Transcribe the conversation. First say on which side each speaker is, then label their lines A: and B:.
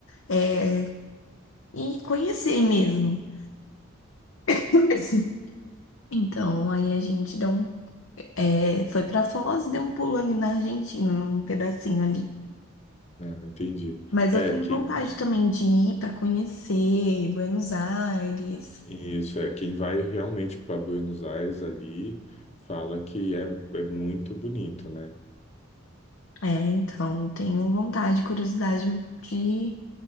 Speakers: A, on the left; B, on the left.
A: é, e conhecer mesmo. <laughs> Então, aí a gente deu um, é, foi para Foz, deu um pulo ali na Argentina, um pedacinho ali.
B: É, entendi.
A: Mas
B: É,
A: eu tenho
B: que
A: vontade também de ir para conhecer Buenos Aires.
B: Isso é, quem vai realmente para Buenos Aires ali fala que é, é muito bonito, né?
A: É, então, tenho vontade, curiosidade de,